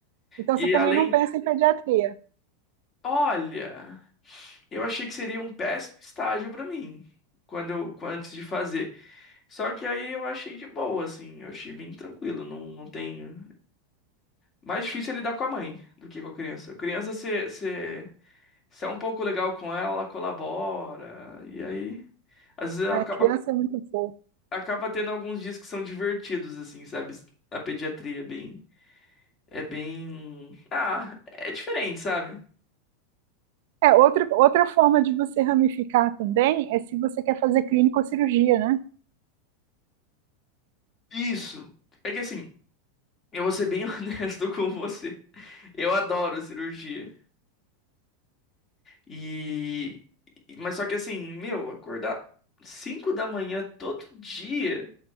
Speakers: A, on the right; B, on the left.
A: Então
B: E
A: você também
B: além.
A: não pensa em pediatria.
B: Olha, eu achei que seria um péssimo estágio pra mim. Quando eu, quan- antes de fazer. Só que aí eu achei de boa, assim. Eu achei bem tranquilo. Não, não tem. Mais difícil é lidar com a mãe do que com a criança. A criança, você você- você é um pouco legal com ela, ela colabora. E aí. Às vezes eu
A: A
B: acaba,
A: criança é muito fofa.
B: acaba tendo alguns dias que são divertidos, assim, sabe? A pediatria é bem. É bem. Ah, é diferente, sabe?
A: É, outra, outra forma de você ramificar também é se você quer fazer clínica ou cirurgia, né?
B: Isso. É que assim, eu vou ser bem <laughs> honesto com você. Eu adoro cirurgia. E. Mas só que assim, meu, acordar 5 da manhã todo dia.